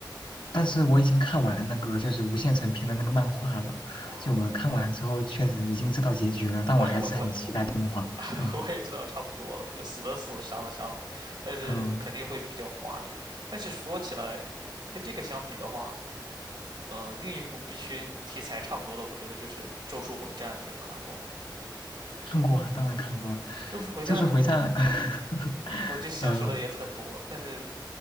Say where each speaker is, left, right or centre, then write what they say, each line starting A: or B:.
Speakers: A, on the left; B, on the right.
A: 但是我已经看完那个就是无限城篇的那个漫画了，
B: 哦，
A: 就我看完之后确实已经知道结局了，
B: 我也我我我
A: 但我还是很期待动画，
B: <laughs>
A: 嗯
B: 我也知道差不多了，就死的死，伤的伤的，但是肯定会比较华丽。
A: 嗯。
B: 但是说起来，跟这个相比的话，嗯，另一部必须题材差不多的，我觉得就是《咒术回战》，你有看过吗？
A: 看过啊，当然看过，
B: 《咒术回战》
A: 《咒术回战》<laughs>
B: 我就想说的也很多，
A: 呃，
B: 但是